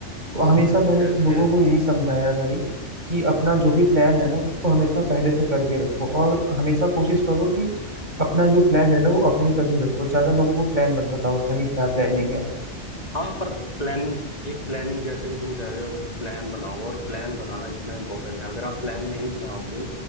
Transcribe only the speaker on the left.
Yes
yes
हाँ पर प्लानिंग एक प्लानिंग जैसे कि तुम कह रहे हो एक प्लान बनाओ और प्लान बनाना इतना इम्पोर्टेंट है अगर आप प्लान नहीं बनाओगे